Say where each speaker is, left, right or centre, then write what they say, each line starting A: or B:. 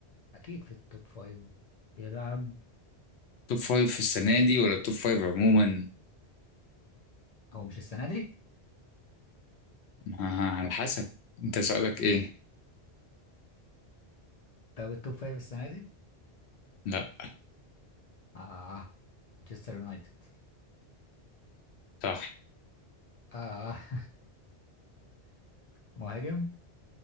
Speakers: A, on the left; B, on the left.
A: أكيد في التوب فايف بيلعب
B: توب فايف في السنة دي ولا توب فايف عموما
A: هو مش السنة دي
B: آه، على حسب انت سؤالك ايه
A: طب التوب فايف السنة دي
B: لا
A: آه مانشستر يونايتد
B: صح
A: آه <laughs> مهاجم